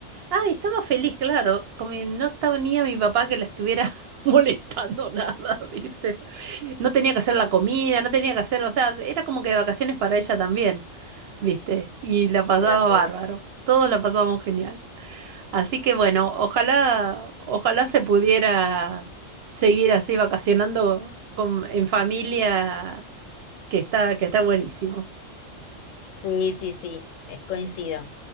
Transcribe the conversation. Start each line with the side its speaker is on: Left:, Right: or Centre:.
Right: ay, estaba feliz, claro, como que no estaba ni a mi papá que la estuviera <laughs> molestando nada, viste, no tenía que hacer la comida, no tenía que hacer, o sea, era como que de vacaciones para ella también. ¿viste? Y la pasaba
Left: Sí, apro-
Right: bárbaro. Todos la pasábamos genial. Así que bueno, ojalá, ojalá se pudiera seguir así vacacionando con, en familia, que está, que está buenísimo.
Left: sí, sí, sí, eh, coincido.